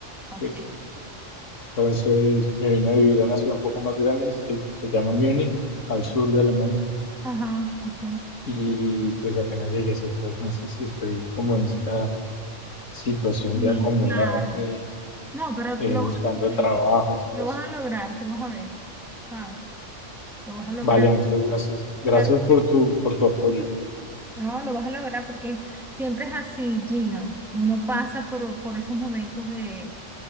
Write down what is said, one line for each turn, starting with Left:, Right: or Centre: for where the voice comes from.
Centre: Ok.
Left: pues entonces me vine a vivir a una ciudad un poco más grande que se llama Múnich, al sur de Alemania,
Centre: Ajá, ok.
Left: y pues apenas llegué hace tres meses y estoy como en esta situación
Centre: Sí,
Left: de acomodarme,
Centre: claro. No, pero
Left: eh,
Centre: lo
Left: buscando
Centre: vas a conseguir.
Left: trabajo y todo
Centre: Lo
Left: esto.
Centre: vas a lograr, tú vas a ver. ¿Sabes? Lo vas a lograr.
Left: Vale, muchas gracias. Gracias
Centre: Claro.
Left: por tu, por tu apoyo.
Centre: No, lo vas a lograr porque siempre es así, Gino. Uno pasa por, por esos momentos de,